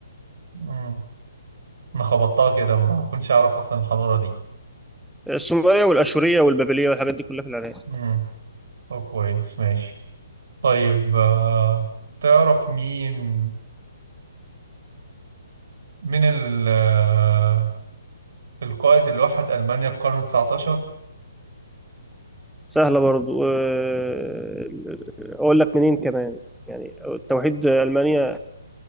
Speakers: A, on the right; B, in the centre.
A: العراق انا خبطتها كده ما كنتش اعرف اصلا الحضارة دي
B: السومرية والأشورية والبابلية والحاجات دي كلها في العراق
A: امم طب كويس ماشي طيب آه، تعرف مين من ال آه، القائد اللي وحد ألمانيا في القرن 19
B: سهلة برضو آه، أقول لك منين كمان يعني توحيد ألمانيا